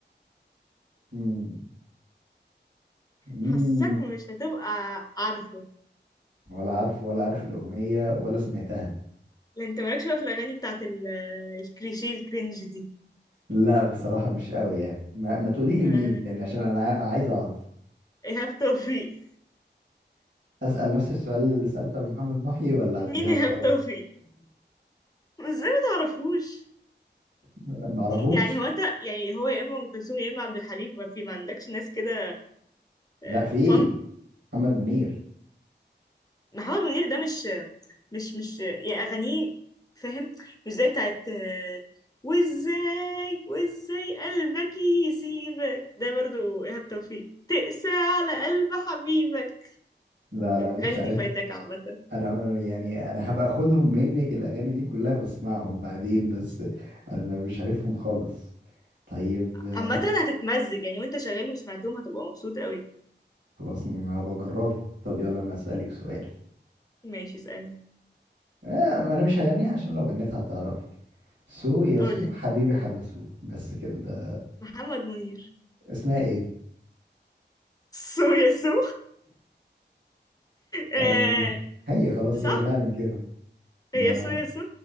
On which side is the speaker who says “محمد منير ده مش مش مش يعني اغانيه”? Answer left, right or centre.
Left